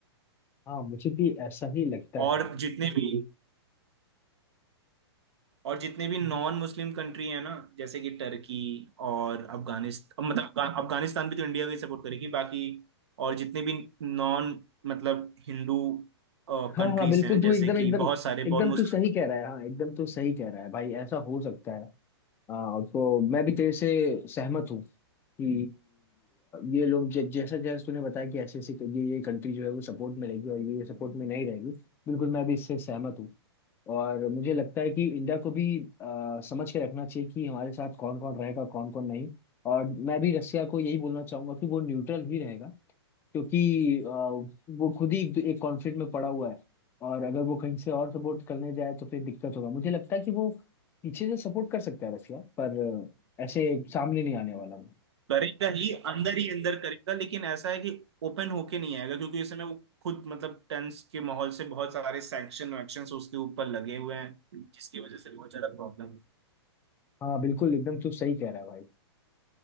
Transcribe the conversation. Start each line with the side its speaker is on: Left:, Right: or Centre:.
Left: हाँ मुझे भी ऐसा ही लगता
Right: और
Left: है
Right: जितने भी और जितने भी नॉन मुस्लिम कंट्री है ना जैसे कि टर्की और अफगानिस्तान मतलब अफगा- अफगानिस्तान भी तो इंडिया की सपोर्ट करेगी बाकी और जितने भी नॉन मतलब हिंदू
Left: हाँ
Right: कंट्रीज
Left: हाँ बिल्कुल
Right: हैं जैसे
Left: तू एकदम
Right: कि
Left: एकदम
Right: बहुत सारे बहुत
Left: एकदम
Right: मुस्लिम
Left: तू सही कह रहा है हाँ एकदम तू सही कह रहा है भाई ऐसा हो सकता है हाँ तो मैं भी तेरे से सहमत हूँ कि ये लोग जै, जैसा जैसा तूने बताया कि ऐसे ऐसे ये ये कंट्री जो है वो सपोर्ट में रहेगी और ये ये सपोर्ट में नहीं रहेगी बिल्कुल मैं भी इससे सहमत हूँ और मुझे लगता है कि इंडिया को भी अ, समझ के रखना चाहिए कि हमारे साथ कौन कौन रहेगा कौन कौन नहीं और मैं भी रसिया को यही बोलना चाहूंगा कि वो न्यूट्रल ही रहेगा क्योंकि अ, वो खुद ही एक कॉन्फ्लिक्ट में पड़ा हुआ है और अगर वो कहीं से और सपोर्ट करने जाए तो फिर दिक्कत होगा मुझे लगता है कि वो पीछे से सपोर्ट कर सकता है रसिया पर अ, ऐसे सामने नहीं आने वाला वो
Right: करेगा ही अंदर ही अंदर करेगा लेकिन ऐसा है कि ओपन होके नहीं आएगा क्योंकि इस समय वो खुद मतलब टेंस के माहौल से बहुत सारे सैंक्शन वैक्शन उसके ऊपर लगे हुए हैं जिसकी वजह से बहुत ज्यादा प्रॉब्लम
Left: हाँ बिल्कुल एकदम तू सही कह रहा है भाई